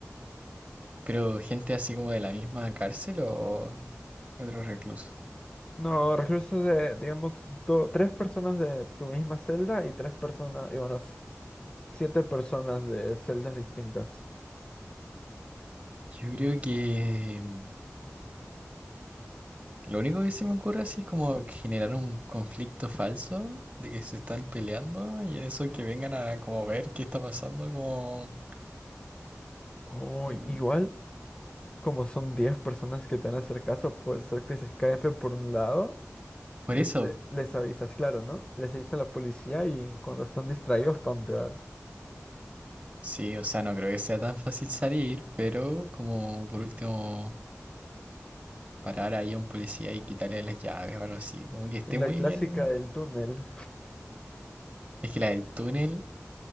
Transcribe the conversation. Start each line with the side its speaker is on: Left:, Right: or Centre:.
Right: Pero gente así como de la misma cárcel o otro recluso.
Left: No, reclusos de, digamos, do- tres personas de tu misma celda y tres personas, y bueno, s- siete personas de celdas distintas.
Right: Yo creo que... mm, Lo único que se me ocurre así es como generar un conflicto falso de que se están peleando y en eso que vengan a como ver qué está pasando, como...
Left: Oh,
Right: mm,
Left: igual, como son 10 personas que te van a hacer caso, puede ser que se escapen por un lado.
Right: Por
Left: Este,
Right: eso,
Left: les avisas, claro, ¿no? Les avisas a la policía y cuando están distraídos, pam, te vas.
Right: sí, o sea, no creo que sea tan fácil salir, pero como por último parar ahí a un policía y quitarle las llaves o algo así, como que esté
Left: Y la
Right: muy
Left: clásica
Right: bien.
Left: del túnel.
Right: Es que la del túnel,